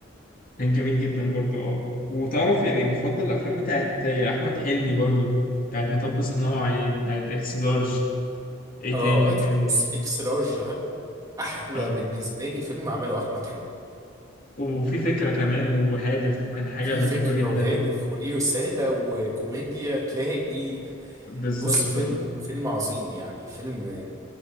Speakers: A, on the left; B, on the right.
A: كان جميل جدا برضو اه وتعرف
B: اه
A: يعني بفضل الافلام بتاعت احمد حلمي برضو بتاعت مطب صناعي بتاعت اكس لارج ايه
B: اه
A: تاني كان
B: أك- بص اكس لارج ده احلى
A: اه
B: بالنسبه لي فيلم عمله احمد حلمي
A: وفي فكره كمان وهادف وكان حاجه
B: في
A: لطيفه
B: فكره
A: جدا
B: وهادف وليه رساله وكوميديا تلاقي
A: بالظبط
B: بص فيلم
A: آه.
B: فيلم عظيم يعني فيلم